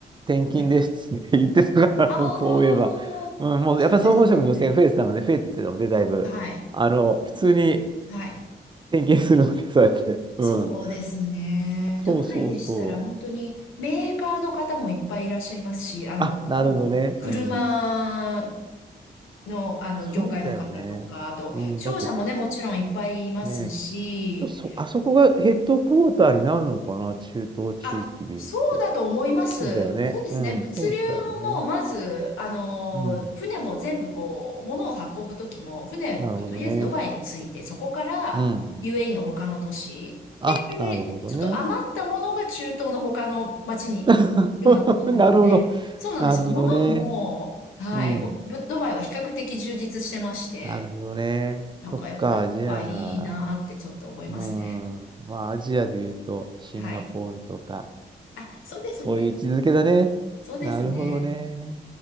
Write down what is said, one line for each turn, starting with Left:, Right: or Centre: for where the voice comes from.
Right: 転勤ですって言ってたから、
Left: はい。ああ、
Right: <laughs> そういえば。うん、もうやっぱり総合職の女性が増えてたので、
Left: そうですね。
Right: 増えてたので、だいぶ。
Left: はい。
Right: あの、普通に
Left: はい。
Right: 点検するので、そうやって。うん。
Left: そうですね。ドバイでしたら本当にメーカーの方もいっぱいいらっしゃいますし、
Right: そうそうそう。
Left: あの、
Right: あ、なるほどね。
Left: もう車
Right: うん。
Left: の、あの、
Right: そうだよね。
Left: 業界の方とか、あと、
Right: うん。
Left: 商社もね、
Right: だって
Left: もちろんいっぱいいますし、
Right: ね、人そ、あそこがヘッドクォーターになるのかな、中東地域で言うと。
Left: あ、そうだと思います。
Right: そうだよね。
Left: そうですね。
Right: うん、
Left: 物流も、
Right: そうだよね。
Left: まず、あの、
Right: うん。
Left: 船も全部こう、物を運ぶときも、船がとりあえずドバイに着いて、
Right: なるほどね。
Left: そこから
Right: うん。
Left: UAE の他の都市、
Right: あ、なるほどね。
Left: ちょっと余ったものが中東の他の町に行くようなものなので、
Right: <laughs> なるほど。
Left: そうなんですよ。
Right: なるほどね。
Left: 物も、はい、
Right: うん。
Left: やっぱぶドバイは比較的充実してまして、
Right: なるほどね。
Left: なんかやっぱ誰かがいいなーってちょっと思いますね。
Right: そっか、じゃあ。うん。まあ、アジアで言うと、シンガポールとか、
Left: はい。あ、そうですね。
Right: そういう位置づけだね。
Left: そうですね。
Right: なるほどね。